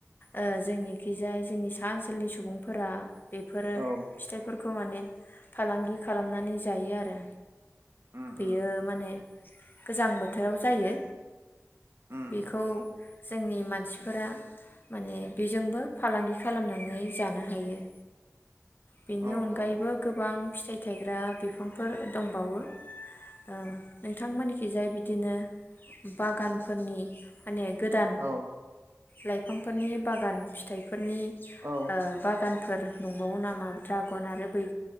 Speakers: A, on the left; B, on the right.
A: ओ जोंनिखिजाय जोंनि सा ओनसोलनि सुबुंफोरा बेफोरो
B: औ
A: फिथाइफोर खौ माने फालांगि खालामनानै जायो आरो
B: उम
A: बेयो
B: उम
A: माने गोजां बोथोराव जायो।
B: उम
A: बेखौ जोंनि मानसिफोरा माने बेजोंबो फालांगि खालामनानै जानो हायो। बेनि
B: औ
A: अनगायैबो
B: औ
A: गोबां फिथाइ थाइग्रा बिफांफोर दंबावो ओ नोंथांमोनखि जाय बिदिनो बागानफोरनि माने गोदान
B: औ
A: लाइफांफोरनि बागान फिथाइ फोरनि
B: औ
A: ओ बा गानफोर दंबावो नामा? द्रागन आरो बै